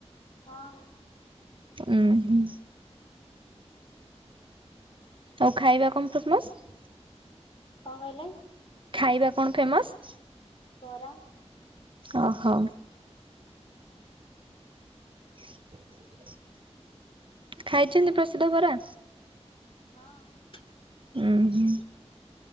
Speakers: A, on the left (about 50°); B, on the right (about 45°).
A: ହଁ।
B: ଉଁ ହୁଁ। ଆଉ ଖାଇବା କଣ? <unintelligible>
A: କଣ କହିଲେ?
B: ଖାଇବା କଣ ଫେମସ୍?
A: ବରା
B: ଅ ହ <inaudible> ଖାଇଛନ୍ତି ପ୍ରସିଦ୍ଧ ବରା?
A: ହଁ।
B: ଉଁ ହୁଁ।